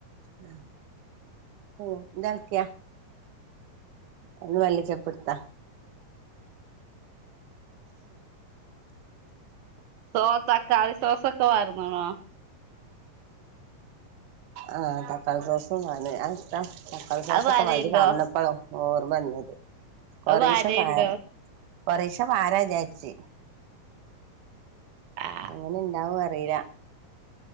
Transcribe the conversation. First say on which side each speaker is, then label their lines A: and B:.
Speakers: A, on the right (about 70°); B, on the right (about 85°).
A: ഉം പു ഇതൾക്കിയാ. അയ്ന്ന് മല്ലി ചെപ്പ് എട്ത്താ
B: സോ തക്കാളി സോസൊക്കെ പാർന്ന്ണോ?
A: ആഹ് തക്കളി സോസും പാർന് അഹ് എട്ത്താ തക്കാളി സോസൊക്കെ
B: അത് വാരേണ്ടോ
A: വാ ഇജ്ജ് പറഞ്ഞപ്പളാ ഓർമ വന്നത് കൊറേശെ
B: അത് വാരേണ്ടോ
A: പാര കൊറേശെ പാരവിജാരിച്ച്.
B: ആ
A: എങ്ങനെ ഇണ്ടാവോ അറീല.